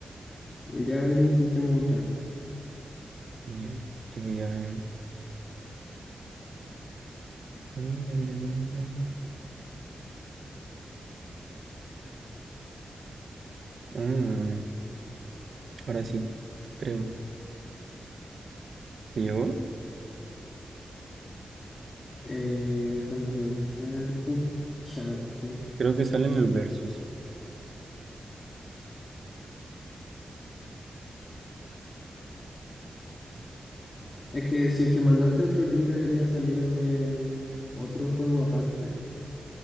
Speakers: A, on the left (about 45°); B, on the right (about 70°).
A: Ya a ver, intentemos otra vez.
B: Ya, te voy a... A ver, a ver, a ver, a ver, a ver. Ah, ahora sí, creo. ¿Te llegó?
A: Eh, déjame revisar. Pucha, la cuestión.
B: Creo que sale en el versus.
A: Es que si es que mandaste otro link debería salirme otro juego aparte.